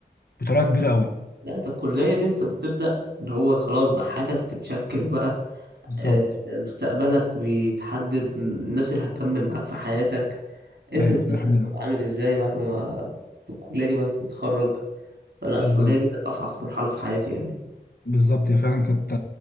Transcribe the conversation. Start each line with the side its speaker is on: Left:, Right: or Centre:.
Left: بطريقه كبيره قوي
Right: لا انت الكلية دي انت بتبدأ اللي هو خلاص بقى حياتك بتتشكل بقى
Left: بالظبط
Right: آه، مستقبلك بيتحدد الناس اللي هتكمل معاك في حياتك انت
Left: ايوه ده
Right: نفسك
Left: حقيقة
Right: هتبقى عامل ازاي بعد ما في الكلية دي بعد ما تتخرج فلا
Left: بالظبط
Right: الكلية دي كانت أصعب مرحلة في حياتي يعني
Left: بالظبط هي فعلا كانت